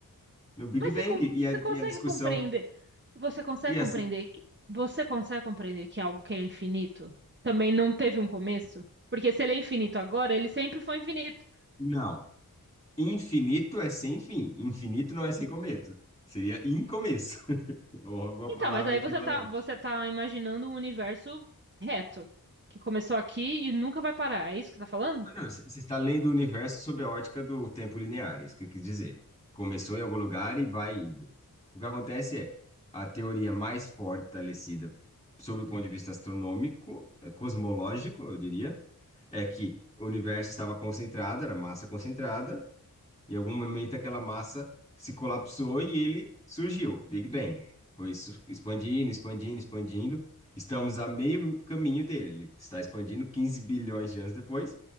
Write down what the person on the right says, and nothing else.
Mas
você, com-
você
consegue
compreender? Você consegue
compreender
que você consegue compreender que é algo que é infinito também não teve um começo? Porque se ele é infinito agora, ele sempre foi infinito.
Então,
mas aí
você tá, você tá imaginando um universo reto, que começou aqui e nunca vai parar. É isso que você tá falando?